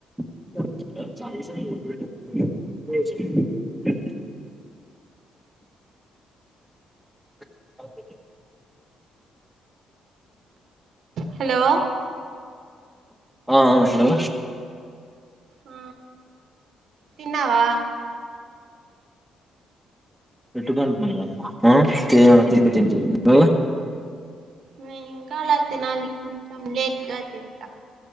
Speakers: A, in the centre; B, on the right (about 65°).
A: <inaudible> <inaudible>
B: Hello
A: ఆ ఆ hello
B: ఆ తిన్నావా
A: <unintelligible> ఆహా ఆ తింటి తింటి నువ్వా
B: నేన్ ఇంకా లే తినాలి కొంచెం లేట్గా తింటా